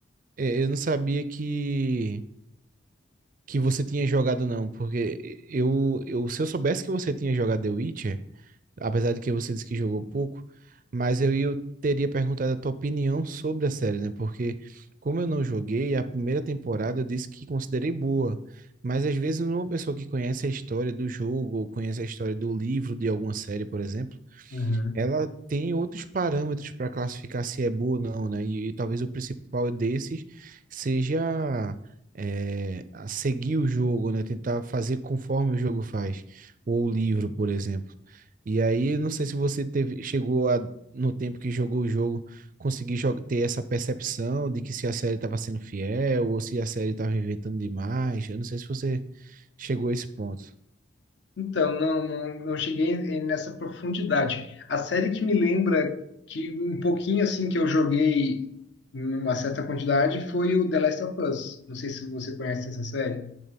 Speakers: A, on the right (about 40°); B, on the left (about 60°).
A: é, Eu não sabia que. Que você tinha jogado, não. Porque eu, eu. Se eu soubesse que você tinha jogado The Witcher. apesar de que você disse que jogou pouco, mas eu, eu teria perguntado a tua opinião sobre a série, né? Porque como eu não joguei, a primeira temporada eu disse que considerei boa, mas às vezes uma pessoa que conhece a história do jogo, ou conhece a história do livro de alguma série, por exemplo,
B: Uhum.
A: ela tem outros parâmetros para classificar se é boa ou não, né? E, e talvez o principal desses seja é, a seguir o jogo, né? Tentar fazer conforme o jogo faz, ou o livro, por exemplo. E aí, não sei se você teve, chegou a, no tempo que jogou o jogo, conseguir jog- ter essa percepção de que se a série estava sendo fiel ou se a série estava inventando demais. Eu não sei se você chegou a esse ponto.
B: Então, não, não, não cheguei em- nessa profundidade. A série que me lembra que um pouquinho assim que eu joguei numa certa quantidade foi o The Last of Us. Não sei se você conhece essa série.